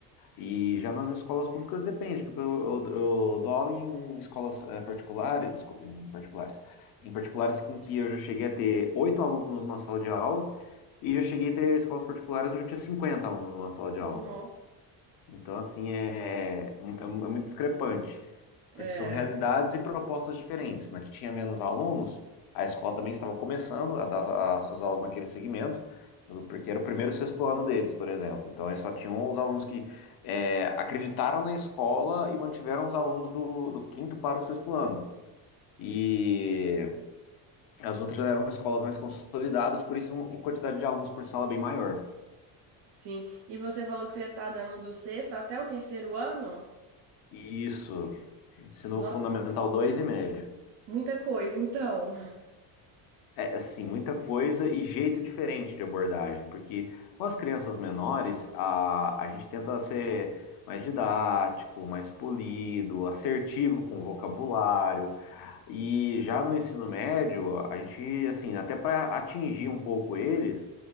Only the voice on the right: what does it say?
Não.
É,
sim. E você falou que você tá dando do sexto até o terceiro ano?
Nossa,
muita coisa, então.